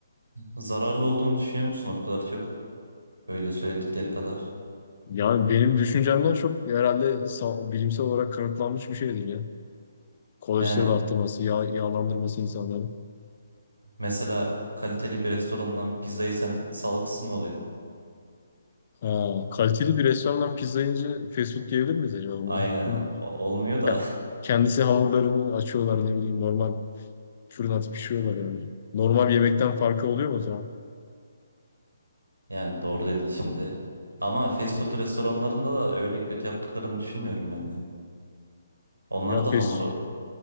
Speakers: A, on the right; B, on the left.
A: Zararlı olduğunu düşünüyor musun o kadar çok? Böyle söyledikleri kadar.
B: Yani benim düşüncemden çok herhalde sa- bilimsel olarak kanıtlanmış bir şeydir ya. Kolesterol
A: Yani
B: arttırması, yağ, yağlandırması insanları.
A: mesela kaliteli bir restorandan pizza yesen sağlıksız mı oluyor?
B: Ha, kaliteli bir restorandan pizza yiyince fast food diyebilir miyiz acaba buna?
A: Aynen
B: Çünkü
A: o- olmuyor da
B: ke- Kendisi hamurlarını açıyorlar ne bileyim normal fırın atıp pişiriyorlar yani. Normal bir yemekten farkı oluyor mu o zaman?
A: <laughs> yani doğru dedin şimdi. Ama fast food restoranlarında da öyle kötü yaptıklarını düşünmüyorum ben ya. Onlar
B: Ya
A: da
B: fast
A: hamuru